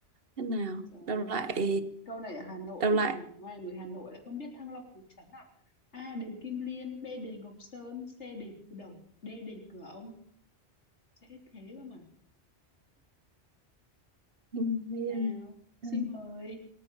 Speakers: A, on the right; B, on the left.
A: thế nào
B: Trời
A: đọc
B: ơi,
A: lại
B: câu này, câu này ở Hà Nội
A: đọc
B: mà
A: lại
B: ngoài người Hà Nội lại không biết Thăng Long Tứ Trấn à? A. Đền Kim Liên, B. Đền Ngọc Sơn, C. Đền Phù Đồng, D. Đền Cửa Ông. Dễ thế cơ mà.
A: Kim Liên
B: Nào, xin
A: Đơn.
B: mời.